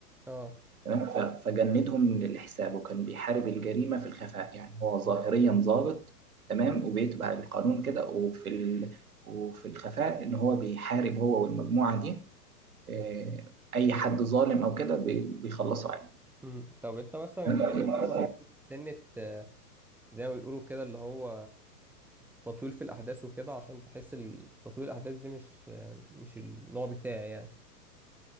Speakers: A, in the centre; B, on the right.
A: اه
B: تمام ف- فجندهم للحساب وكان بيحارب الجريمه في الخفاء يعني هو ظاهريا ضابط تمام وبيتبع القانون كده وفي ال... وفي الخفاء ان هو بيحارب هو والمجموعه دي آه، اي حد ظالم او كده بي- بيخلصوا عليه
A: امم طب انت مثلا
B: تمام؟
A: الفيلم ده ما فيهوش سنة آه، زي ما بيقولوا كده اللي هو تطويل في الاحداث وكده عشان بحس ال- تطويل الاحداث دي مش آه، مش النوع بتاعي يعني